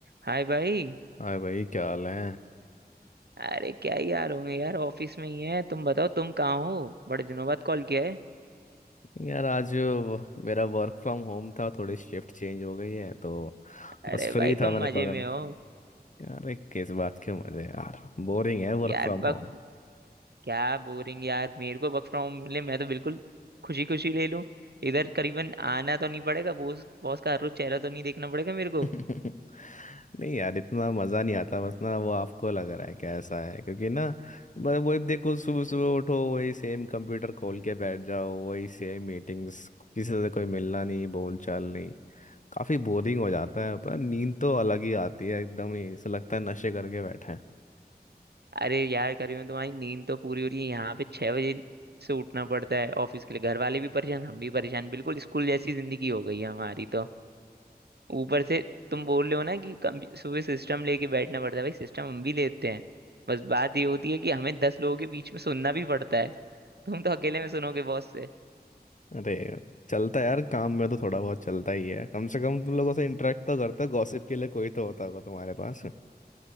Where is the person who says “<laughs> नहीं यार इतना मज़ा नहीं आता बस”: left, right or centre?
Left